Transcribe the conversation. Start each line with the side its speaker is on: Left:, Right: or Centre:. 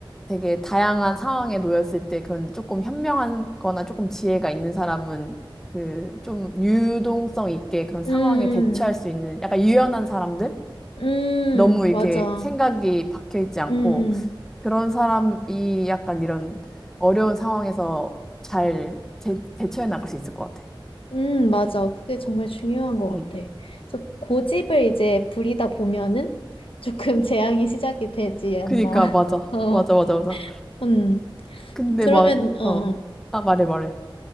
Centre: 되게 다양한 상황에 놓였을 때 그런 조금 현명한 거나 조금 지혜가 있는 사람은 그 좀 유동성 있게 그런 상황에
Left: 음,
Centre: 대처할 수 있는 약간 유연한 사람들?
Left: 음,
Centre: 너무 이렇게
Left: 맞아.
Centre: 생각이 박혀 있지 않고
Left: 음, 음,
Centre: 그런 사람이 약간 이런 어려운 상황에서 잘 대, 대처해 나갈 수 있을 것 같아.
Left: 음, 맞아. 그게 정말 중요한 것
Centre: 응.
Left: 같아. 그래서 고집을 이제 부리다 보면은 조금 <laughs> 재앙이 시작이 되지 않나.
Centre: 그니까 맞아.
Left: <laughs> 어,
Centre: 맞아 맞아 맞아.
Left: 음.
Centre: 근데
Left: 그러면,
Centre: 막 이,
Left: 어,
Centre: 어.
Left: 어.
Centre: 아 말해 말해.